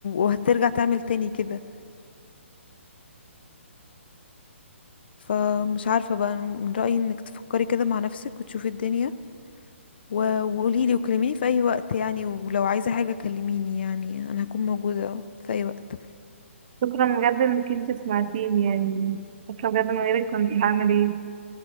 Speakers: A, on the left; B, on the right.
A: وهترجع تعمل تاني كده فمش عارفة بقى أنا من رأيي انك تفكري كده مع نفسك وتشوفي الدنيا و- وقوليلي وكلميني في اي وقت يعني ولو عايزة حاجة كلميني يعني انا هكون موجودة في اي وقت
B: شكرا بجد انك انت سمعتيني يعني شكرا بجد من غيرك كنت هعمل ايه